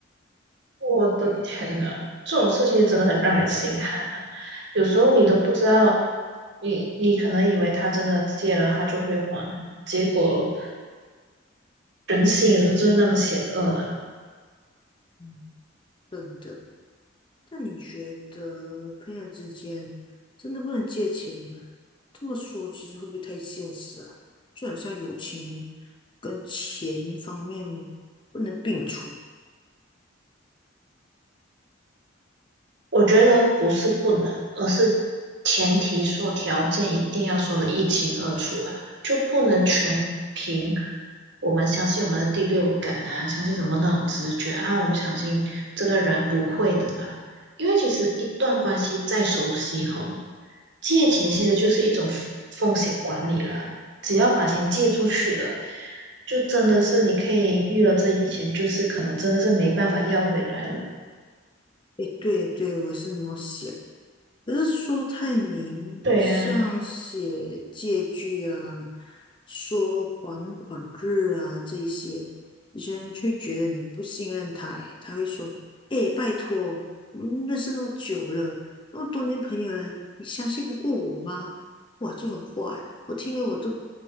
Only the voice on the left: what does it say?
嗯真的。那你觉得朋友之间真的不能借钱吗？这么说其实会不会太现实啊？就很像友情跟钱方面不能并存。
诶，对对，我是那么想。可是苏太明像写借据啊、
说还款日啊这些，有些人却觉得你不信任他欸，他会说：“哎、拜托，我们认识那么久了，那么多年朋友了，你相信不过我吗？”哇，这种话欸，我听了我都